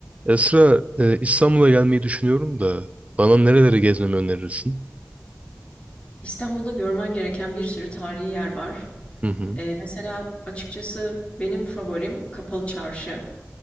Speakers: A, on the right; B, on the left.
A: Esra, e, İstanbul'a gelmeyi düşünüyorum da bana nereleri gezmemi önerirsin?
B: İstanbul'da görmen gereken bir sürü tarihi yer var.
A: Hı hı.
B: Eee, mesela açıkçası benim favorim Kapalı Çarşı.